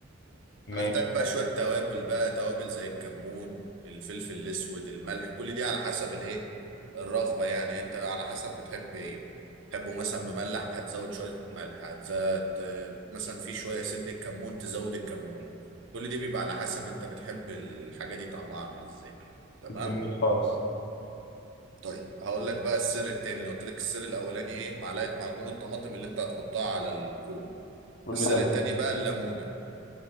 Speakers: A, on the left (about 55°); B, on the right (about 65°).
A: ماشي
B: انا احتاج بقى شويه توابل بقى توابل زي الكمون الفلفل الاسود الملح كل دي على حسب الايه الرغبه يعني انت على حسب بتحب ايه تحبه مثلا مملح هتزود شويه ملح هتزود آه، مثلا في شويه سن الكمون تزود الكمون كل دي بيبقى على حسب انت بتحب الحاجه دي طعمها عامل ازاي تمام
A: جميل خالص
B: طيب هقول لك بقى السر التاني انا قلت لك السر الاولاني ايه معلقه معجون الطماطم اللي انت هتحطها على الفول
A: والمدمس
B: السر التاني بقى الليمونه